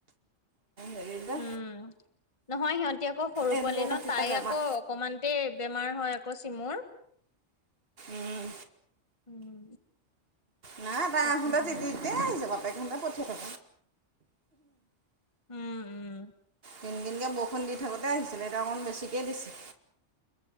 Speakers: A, on the right; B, on the left.
A: হেৰি যে
B: উম, নহয় সিহঁতি আকৌ সৰু
A: এই
B: পোৱালি
A: বৰষুণ
B: ন
A: তিতা
B: তাই
A: বেমাৰ
B: আকৌ অকমানতে বেমাৰ হয় আকৌ চিমুৰ।
A: উম
B: উম,
A: নাই তাই
B: তাকেহে।
A: আহোঁতে তিতিতি আহিছে প বে পঠিয়া থা
B: উম উম।
A: কিনকিনকৈ বৰষুণ দি থাকোঁতে আহিছিলে এতিয়া অকণ বেছিকেই দিছে।